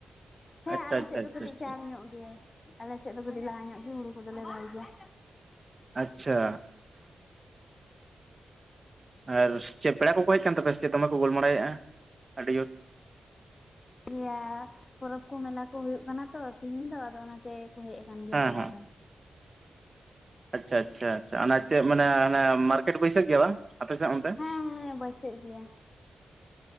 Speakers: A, on the left (about 45°); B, on the right (about 35°).
A: ᱦᱮᱸ
B: ᱟᱪᱪᱷᱟ
A: ᱟᱞᱮ
B: ᱟᱪᱪᱷᱟ
A: ᱥᱮᱫ
B: ᱟᱪᱪᱷᱟ
A: ᱫᱚ ᱠᱟᱹᱴᱤᱡ ᱪᱟᱬ ᱧᱚᱜ ᱜᱮ ᱟᱞᱮ ᱥᱮᱫ <unintelligible> ᱞᱟᱦᱟ ᱧᱚᱜ ᱜᱮ ᱦᱩᱲᱩ ᱠᱚᱫᱚᱞᱮ ᱨᱚᱦᱚᱭ ᱜᱮᱭᱟ
B: ᱟᱪᱪᱷᱟ ᱟᱨ ᱪᱮᱫ ᱯᱮᱲᱟ ᱠᱚᱠᱚ ᱦᱮᱡ ᱟᱠᱟᱱ ᱛᱟᱯᱮᱭᱟ ᱥᱮᱪᱮᱫ ᱫᱚᱢᱮ ᱠᱚ ᱜᱳᱞᱢᱟᱨᱟᱭᱮᱫᱼᱟ? ᱟᱹᱰᱤ ᱡᱳᱨ
A: ᱭᱟ ᱯᱚᱨᱚᱵ ᱠᱚ ᱢᱮᱞᱟ ᱠᱚ ᱦᱩᱭᱩᱜ ᱠᱟᱱᱟ ᱛᱚ ᱛᱤᱦᱤᱧ ᱫᱚ ᱟᱫᱚ ᱚᱱᱟ ᱛᱮ ᱠᱚ ᱦᱮᱡ ᱟᱠᱟᱱ ᱜᱮᱭᱟ
B: ᱦᱮᱸ
A: ᱯᱮᱲᱟ
B: ᱦᱮᱸ
A: ᱫᱚ
B: ᱟᱪᱪᱷᱟ ᱟᱪᱪᱷᱟ ᱟᱪᱷᱟ ᱚᱱᱟ ᱪᱮᱫ ᱢᱟᱱᱮᱻ <unintelligible> ᱢᱟᱨᱠᱮᱴ ᱵᱟᱹᱭᱥᱟᱹᱜ ᱜᱮᱭᱟ ᱵᱟᱝ ᱟᱯᱮᱥᱮᱫ
A: ᱦᱮᱸ ᱦᱮᱸ ᱵᱟᱹᱭᱥᱟᱹᱜ ᱜᱮᱭᱟ